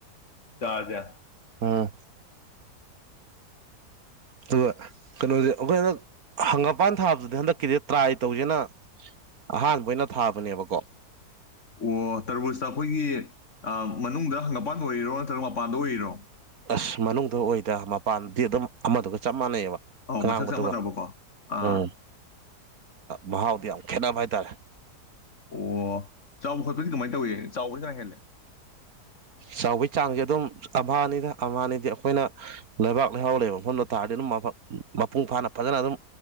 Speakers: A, on the left; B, on the right.
A: ꯆꯥꯔꯖꯦ
B: ꯎꯝ ꯑꯗꯨꯒ ꯀꯩꯅꯣꯁꯦ ꯑꯩꯈꯣꯏ ꯍꯟꯗꯛ ꯍꯪꯉꯄꯥꯟ ꯊꯥꯕꯗꯨꯗꯤ ꯍꯟꯗꯛꯀꯤꯗꯤ ꯇ꯭ꯔꯥꯏ ꯇꯧꯁꯦꯅ ꯑꯍꯥꯟꯕ ꯑꯣꯏꯅ ꯊꯥꯕꯅꯦꯕꯀꯣ
A: ꯑꯣ ꯇꯔꯕꯨꯖꯇ ꯑꯩꯈꯣꯏꯒꯤ ꯃꯅꯨꯡꯗꯪ ꯃꯄꯥꯟꯗ ꯑꯣꯏꯔꯤꯔꯣ ꯅꯠꯇ꯭ꯔꯒ ꯃꯄꯥꯟꯗ ꯑꯣꯏꯔꯤꯔꯣ
B: ꯑꯁ ꯃꯅꯨꯡꯗ ꯑꯣꯏꯗ ꯃꯄꯥꯟꯗꯤ ꯑꯗꯨꯝ ꯑꯃꯗꯨꯒ ꯆꯞ ꯃꯥꯟꯅꯩꯑꯦꯕ
A: ꯑꯧ
B: ꯑꯉꯥꯡꯕꯗꯨꯒ
A: ꯃꯁꯛ ꯆꯞ ꯃꯥꯟꯅꯕꯀꯣ ꯑꯥ
B: ꯎꯝ ꯃꯍꯥꯎꯗꯤ ꯌꯥꯝ ꯈꯦꯠꯅꯕ ꯍꯥꯏꯇꯥꯔꯦ
A: ꯑꯣ ꯆꯥꯎꯕ ꯈꯣꯠꯄꯗꯤ ꯀꯃꯥꯏ ꯇꯧꯏ ꯆꯥꯎꯕꯗꯤ ꯀꯅꯥ ꯍꯦꯜꯂꯦ
B: ꯆꯥꯎꯕꯩ ꯆꯥꯡꯁꯦ ꯑꯗꯨꯝ ꯑꯝꯍꯥꯅꯤꯗ ꯑꯝꯍꯥꯅꯤꯗꯤ ꯑꯩꯈꯣꯏꯅ ꯂꯩꯕꯥꯛ ꯂꯩꯍꯥꯎ ꯂꯩꯕ ꯃꯐꯝꯗ ꯊꯥꯔꯗꯤ ꯑꯗꯨꯝ ꯃꯄꯨꯡ ꯐꯥꯅ ꯐꯖꯅ ꯑꯗꯨꯝ